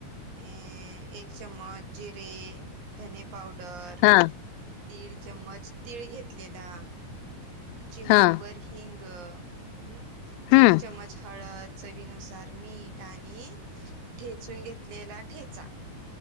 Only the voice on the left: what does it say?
हा
हा
हम्म